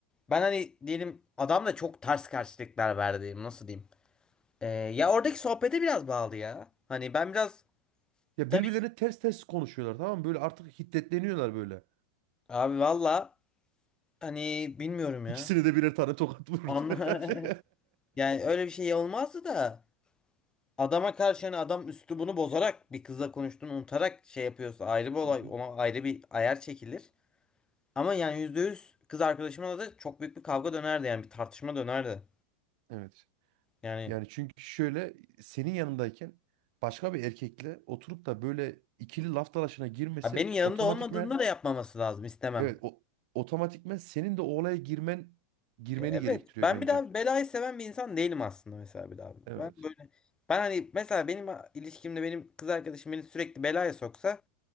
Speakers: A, on the left; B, on the right.
A: ben hani diyelim adam da çok ters karşılıklar verdi nasıl diyeyim. E, ya oradaki sohbete biraz bağlı ya. Hani ben biraz
B: Ya
A: tabii
B: birbirlerine ters ters konuşuyorlar tamam mı? Böyle artık hiddetleniyorlar böyle.
A: abi valla hani bilmiyorum
B: İkisine
A: ya.
B: de birer tane tokat vurdu
A: Anla
B: herhalde.
A: <laughs> yani öyle bir şey olmazdı da. adama karşı hani adam üslubunu bozarak bir kızla konuştuğunu unutarak şey yapıyorsa ayrı bir olay
B: <laughs> Hı hı.
A: ona ayrı bir ayar çekilir. Ama yani %100 kız arkadaşımla da çok büyük bir kavga dönerdi yani bir tartışma dönerdi.
B: Evet.
A: Yani
B: Yani çünkü şöyle senin yanındayken başka bir erkekle oturup da böyle ikili laf dalaşına girmesi
A: ha, benim yanında
B: otomatikmen
A: olmadığında da yapmaması lazım istemem.
B: evet o otomatikmen senin de o olaya girmen girmeni
A: Ya evet
B: gerektiriyor
A: ben
B: bence.
A: bir daha belayı seven bir insan değilim aslında mesela bir daha.
B: Evet.
A: Ben böyle ben hani mesela benim ilişkimde benim kız arkadaşım beni sürekli belaya soksa